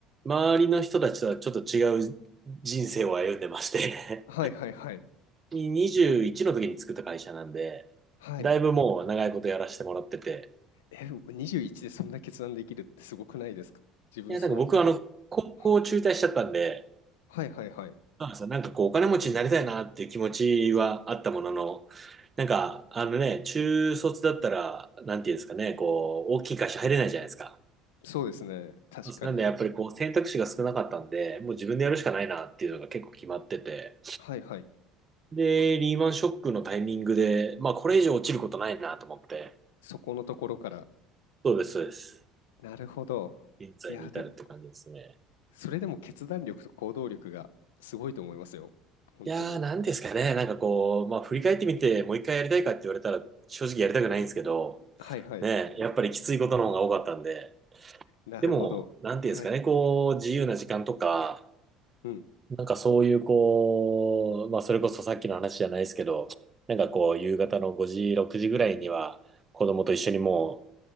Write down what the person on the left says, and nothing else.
はいはいはい。
はい。
え、21でそんな決断できるってすごくないですか自分その頃。
はい。はいはいはい。
そうですね。確かに。
はいはい。
そこのところから。
なるほど。
いや、でもそれでも決断力と行動力がすごいと思いますよ。本当に。
はいはい。
なるほど。
はい。
うん。